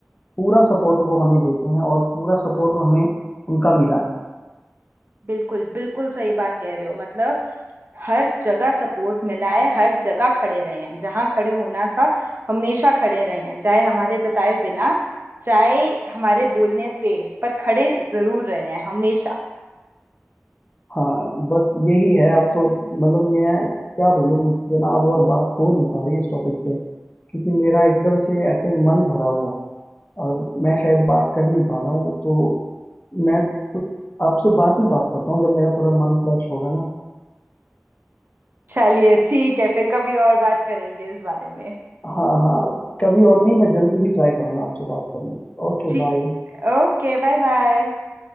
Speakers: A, on the left; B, on the right.
A: पूरा सपोर्ट वो हमें देते हैं और पूरा सपोर्ट हमें उनका मिला है
B: बिल्कुल बिल्कुल सही बात कह रहे हो मतलब हर जगह सपोर्ट मिला है हर जगह खड़े रहे हैं जहाँ खड़े होना था हमेशा खड़े रहे हैं चाहे हमारे बताए बिना चाहे हमारे बोलने पे पर खड़े जरूर रहे हैं हमेशा
A: हाँ बस यही है अब तो मतलब मैं क्या बोलूँ मुझसे ना अब और बात हो नहीं पा रही इस टॉपिक पे क्योंकि मेरा एकदम से ऐसे मन भरा हुआ है और मैं शायद बात कर नहीं पा रहा हूँ तो मैं कुछ आपसे बाद में बात करता हूँ जब मेरा थोड़ा मन फ्रेश होगा ना
B: चलिए ठीक है फिर कभी और बात करेंगे इस बारे में
A: हाँ हाँ कभी और नहीं मैं जल्दी ही ट्राई करूंगा आपसे बात करने की Okay
B: ठीक
A: bye
B: Okay bye bye